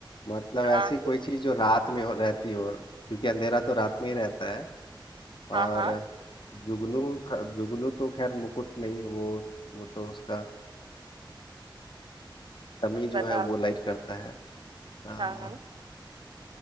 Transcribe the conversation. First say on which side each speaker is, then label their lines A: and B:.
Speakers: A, on the left; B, on the right.
A: मतलब ऐसी
B: हाँ
A: कोई
B: गु-
A: चीज जो रात में हो रहती हो क्योंकि अंधेरा तो रात में ही रहता है
B: हाँ
A: और
B: हाँ
A: जुगनू ख- जुगनू तो खैर मुकुट नहीं वो वो तो उसका कमी
B: बताओ
A: जो है वो लाइट करता है आ,
B: हाँ हाँ